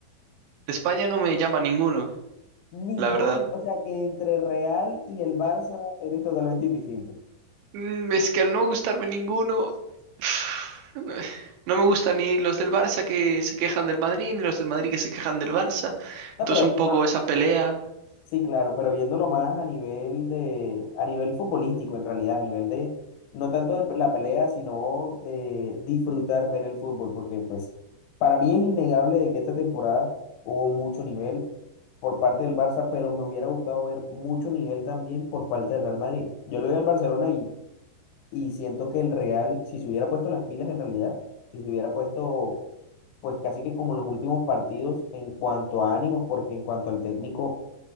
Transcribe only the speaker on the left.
Ninguno.
O sea que entre Real y el Barça eres totalmente indistinto.
No,
pero
ma-
Sí, claro, pero viéndolo más a nivel de, a nivel futbolístico, en realidad, a nivel de, no tanto de la pelea, sino de disfrutar ver el fútbol, porque pues para mí es innegable de que esta temporada hubo mucho nivel por parte del Barça, pero me hubiera gustado ver mucho nivel también por parte del Real Madrid. Yo le doy al Barcelona y, y siento que el Real, si se hubiera puesto las pilas en realidad, si se hubiera puesto pues casi que como los últimos partidos en cuanto a ánimos, porque en cuanto al técnico